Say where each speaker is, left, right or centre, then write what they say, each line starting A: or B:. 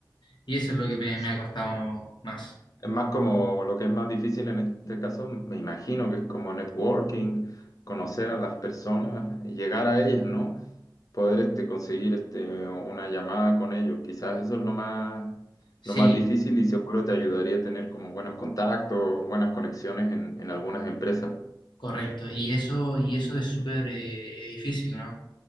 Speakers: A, on the left; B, on the left.
A: Y eso es lo que me,
B: sí,
A: me ha costado más.
B: Es más como lo que es más difícil en este caso, me imagino que es como networking, conocer a las personas, llegar a ellas, ¿no? Poder este, conseguir este, una llamada con ellos. Quizás eso es lo más,
A: Sí,
B: lo más difícil y seguro te ayudaría a tener como buenos contactos, buenas conexiones en, en algunas empresas.
A: Correcto, y eso, y eso es súper eh, eh, difícil, ¿no?